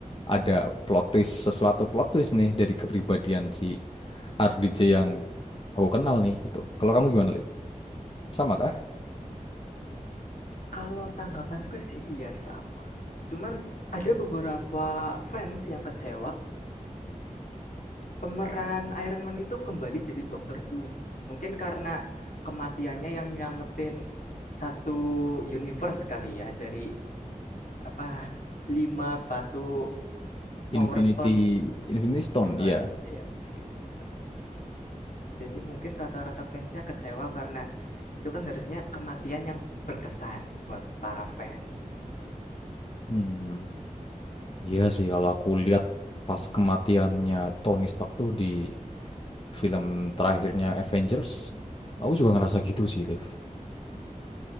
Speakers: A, on the left; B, on the left.
A: ada plot twist sesuatu plot twist nih dari kepribadian si RDJ yang aku kenal nih gitu. Kalau kamu gimana, Lip? Sama kah?
B: Kalau tanggapanku sih iya sama. Cuman ada beberapa fans yang kecewa Pemeran Iron Man itu kembali jadi Doctor Doom. Mungkin karena kematiannya yang nyelamatin satu universe kali ya, dari, apa, 5 batu Power
A: Infinity
B: Stone
A: Infinity Stone,
B: Stone,
A: iya.
B: iya, Infinity Stone. Jadi mungkin rata-rata fansnya kecewa karena itu kan harusnya kematian yang berkesan buat para fans.
A: Hmm. Iya sih kalau aku lihat pas kematiannya Tony Stark tuh di film terakhirnya Avengers, aku juga ngerasa gitu sih, Liv.